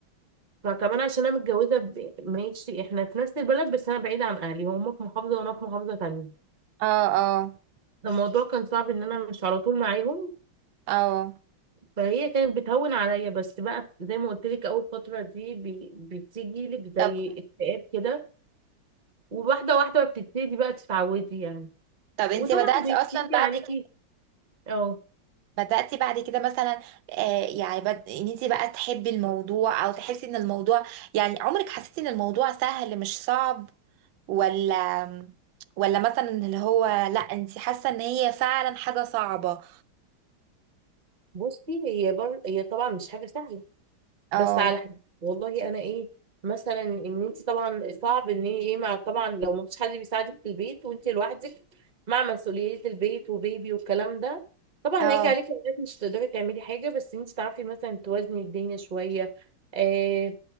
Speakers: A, on the right; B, on the right.
A: فكمان عشان انا متجوزه ب... ماشي احنا في نفس البلد بس انا بعيده عن اهلي هم في محافظه وانا في محافظه تانية
B: اه اه
A: فالموضوع كان صعب ان انا مش على طول معاهم
B: اه
A: فهي كانت بتهون عليا بس بقى زي ما قلت لك اول فتره دي بي... بتيجي لك
B: طب
A: زي اكتئاب كده وواحده واحده بتبتدي بقى تتعودي يعني
B: طب انت
A: وطبعا
B: بدأتي اصلا
A: بيجي
B: بعد
A: عليكي
B: كده
A: اه
B: بدأتي بعد كده مثلا آه يعني بد... ان انت بقى تحبي الموضوع او تحسي ان الموضوع يعني عمرك حسيتي ان الموضوع سهل مش صعب ولا ولا مثلا اللي هو لا انت حاسة ان هي فعلا حاجة صعبة
A: بصي هي بر... هي طبعا مش حاجه سهله
B: اه
A: بس على حد والله انا ايه مثلا ان انت طبعا صعب ان هي ايه مع طبعا لو ما فيش حد بيساعدك في البيت وانت لوحدك مع مسؤوليات البيت وبيبي والكلام ده طبعا
B: اه
A: هيجي عليك اوقات مش تقدري تعملي حاجه بس انت تعرفي مثلا توازني الدنيا شويه آه